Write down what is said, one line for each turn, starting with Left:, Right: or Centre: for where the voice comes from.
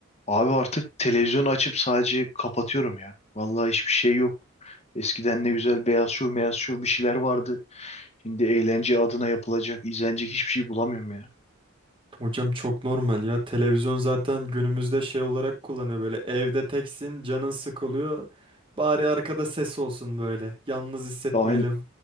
Left: Abi artık televizyonu açıp sadece kapatıyorum ya. Vallahi hiçbir şey yok. Eskiden ne güzel beyaz şov, beyaz şov bir şeyler vardı. Şimdi eğlence adına yapılacak, izlenecek hiçbir şey bulamıyorum ya.
Right: Hocam çok normal ya. Televizyon zaten günümüzde şey olarak kullanıyor böyle. Evde teksin, canın sıkılıyor. Bari arkada ses olsun böyle. Yalnız hissetmeyelim.
Left: Aynen,